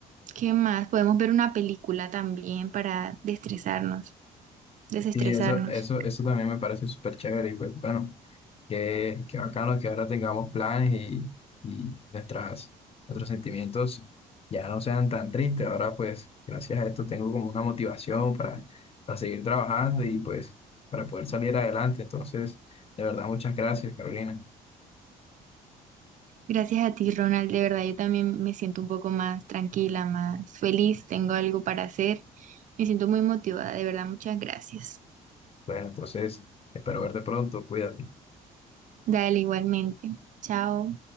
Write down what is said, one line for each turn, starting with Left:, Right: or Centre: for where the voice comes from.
Right: qué más? Podemos ver una película también para destresarnos, desestresarnos.
Left: Y eso, eso, eso también me parece súper chévere. Y pues bueno, qué, qué bacano que ahora tengamos planes y, y nuestras, nuestros sentimientos ya no sean tan tristes. Ahora pues gracias a esto tengo como una motivación para, para seguir trabajando y pues para poder salir adelante. Entonces, de verdad, muchas gracias, Carolina.
Right: Gracias a ti, Ronald. De verdad, yo también me siento un poco más tranquila, más feliz. Tengo algo para hacer. Me siento muy motivada. De verdad, muchas gracias.
Left: Bueno, entonces espero verte pronto. Cuídate.
Right: Dale, igualmente. Chao.